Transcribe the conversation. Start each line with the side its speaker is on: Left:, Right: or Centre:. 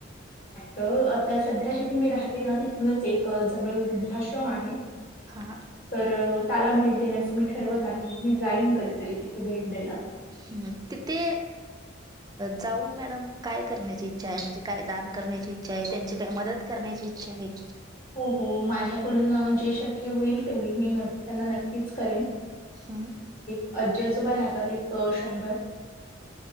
Left: त आता सध्या जिथे मी राहते ना तिथूनच एक जवळ वृध्द आश्रम आहे
Right: हा
Left: तर त्याला भेट देण्याचं मी ठरवत आहे मी जाईन कधीतरी तिथे भेट द्याला
Right: हम्म तिथे जाऊन मॅडम काय करण्याची इच्छा आहे म्हणजे काय दान करण्याची इच्छा आहे त्यांची काय मदत करण्याची इच्छा आहे
Left: हो हो माझ्या माझ्याकडून जे शक्य होईल तेवढी मी त्यांना नक्कीच करेन.
Right: हम्म.
Left: आजी आजोबा राहतात एक शंभर